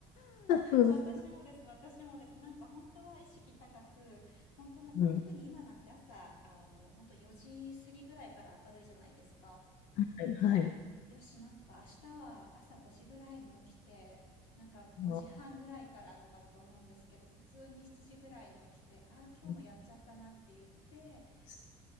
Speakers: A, on the left; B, on the left.
A: うん。
B: 私もです、私もです。なんか本当は意識高く、本当な、
A: うん
B: 特に今なんて朝、あの、本当4時過ぎぐらいから明るいじゃないですか。
A: はい。はい。
B: だから、よし、なんか明日は朝5時ぐらいに起きて、なんか5時半ぐらいからとかって思うんですけど、
A: そ
B: 普通に7時ぐらいに起きて、ああ、今日もやっちゃったなって言って、
A: うです